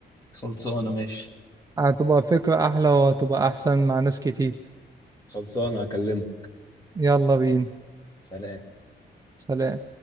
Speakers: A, on the left; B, on the right.
A: خلصانة ماشي
B: هتبقى فكرة أحلى وهتبقى أحسن مع ناس كتير
A: خلصانة هكلمك
B: يلا بينا
A: سلام
B: سلام